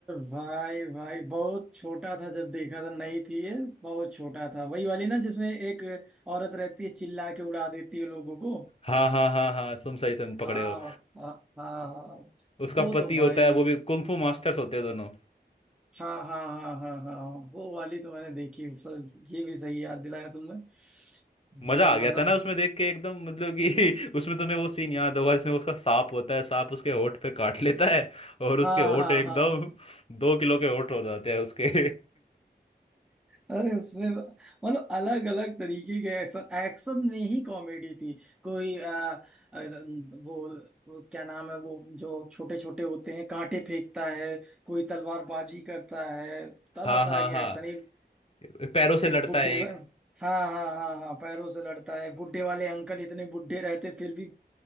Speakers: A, in the centre; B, on the left.
A: भाई भाई बहुत छोटा था जब देखा था नहीं थी ये बहुत छोटा था वही वाली ना जिसमें एक औरत रहती है चिल्ला के उड़ा देती है लोगों को
B: हाँ हाँ हाँ हाँ तुम सही सम पकड़े
A: हाँ
B: हो
A: हाँ हाँ
B: उसका
A: वो
B: पति
A: तो भाई
B: होता है वो भी कुंग फू मास्टर्स होते हैं दोनों
A: हाँ हाँ हाँ हाँ हाँ वो वाली तो मैंने देखी सर ये भी सही याद दिलाया तुमने
B: मजा
A: वो
B: आ गया
A: मतलब
B: था ना उसमें देख के एकदम मतलब कि <laughs> उसमें तुम्हें वो सीन याद होगा जिसमें उसका सांप होता है सांप उसके होंठ पे काट लेता है और उसके
A: हाँ
B: होंठ
A: हाँ
B: एकदम
A: हाँ
B: <laughs> दो किलो के होंठ हो जाते हैं उसके
A: अरे उसमें मतलब अलग अलग तरीके के एक्शन एक्शन में ही कॉमेडी थी कोई आ, आ, वो, वो क्या नाम है वो जो छोटे छोटे होते हैं कांटे फेंकता है कोई तलवारबाजी करता है
B: <laughs>
A: तरह
B: हाँ
A: तरह
B: हाँ
A: के
B: हाँ
A: एक्शन एक
B: पैरों से
A: एक
B: लड़ता
A: बुढ़े
B: है एक
A: हाँ हाँ हाँ हाँ पैरों से लड़ता है बुढ़े वाले अंकल इतने बुढ़े रहते फिर भी